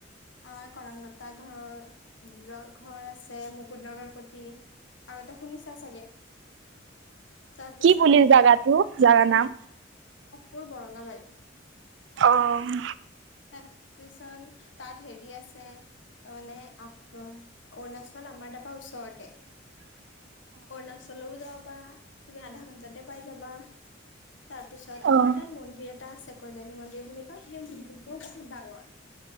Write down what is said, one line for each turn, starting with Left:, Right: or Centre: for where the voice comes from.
Left: আমাৰ কৰংলতা ঘৰৰ ঘৰ আছে মুকু নগৰপতি। আমাৰ ত শুনিছা চাগে?
Right: <unintelligible>
Left: তাৰপিছত
Right: কি বুলি জাগাটো জাগা নাম?
Left: পুৰ বৰঙাবাৰি।
Right: অঁ।
Left: তাৰপিচন তাত হেৰি আছে তাৰমানানে আ অৰুণাচল। ল মেপা ওচৰতে।
Right: হয়।
Left: অৰুণাচল যাব পাৰা কিন্তু তুমি আধা ঘণ্টাতে পাই যাবা। তাৰ পিছত
Right: অ',
Left: আমাৰ তাত মন্দিৰ এটা আছে কল্যাণী মন্দিৰ বুলি কয় সেই মন বাঙৰ।